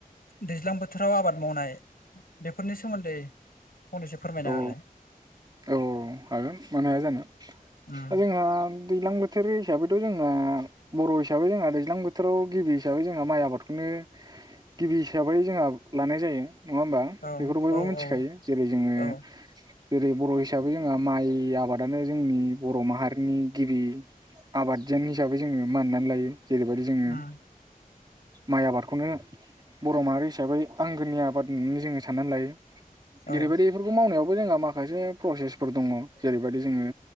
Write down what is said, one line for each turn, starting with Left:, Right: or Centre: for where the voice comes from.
Left: दैज्लां बोथोराव आबाद मावनाय बेफोरनि सोमोन्दै फंनैसो फोरमायना
Right: औ औ
Left: होलाय
Right: औ औ हागोन मानो हाया जानो
Left: उम
Right: दा जोंहा दैलां बोथोर हिसाबैथ' जोंना बर' हिसाबै जोंहा दैज्लां बोथोराव गिबि हिसाबै जोंहा माइ आबादखौनो <unintelligible> गिबि हिसाबै जोंहा लानाय जायो नङा होमबा
Left: औ
Right: बेखौथ' बयबो
Left: औ
Right: मोनथिखायो
Left: औ
Right: जेरै जोङो
Left: औ
Right: जेरै बर' हिसाबै जोंहा माइ आबादानो जोंनि बर' माहारिनि गिबि आबाद जें हिसाबै जोङो मानिनानै लायो जेरैबायदि जोङो
Left: उम
Right: माइ आबादखौनो बर' माहारि हिसाबै आंगोनि आबाद होननानै जोङो साननानै लायो जेरैबायदि
Left: औ
Right: इफोरखौ मावनायावबो जोंहा माखासे प्रसेसफोर दङ' जेरैबायदि जोङो